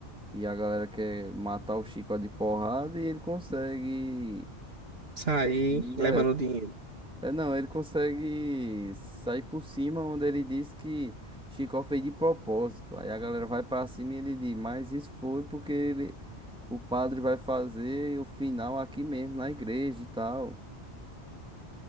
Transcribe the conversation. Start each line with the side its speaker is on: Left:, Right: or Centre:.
Centre: E a galera quer matar o Chico de porrada e ele consegue.
Right: Sair
Centre: fingir
Right: levando o dinheiro.
Centre: É, não, ele consegue sair por cima, onde ele diz que Chicó fez de propósito. Aí a galera vai pra cima e ele diz, mas isso foi porque ele, o padre vai fazer o final aqui mesmo, na igreja e tal.